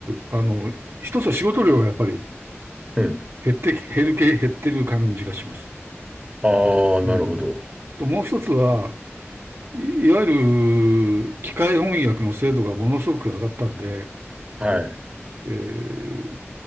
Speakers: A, on the right (about 55°); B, on the right (about 20°).
A: あの、一つは仕事量がやっぱり
B: うん。
A: 減ってき、減るけ、減ってる感じがします。
B: ああ、
A: うん。
B: なるほど。
A: と、もう一つは、いいわゆる機械翻訳の精度がものすごく上がったんで、
B: はい。
A: えー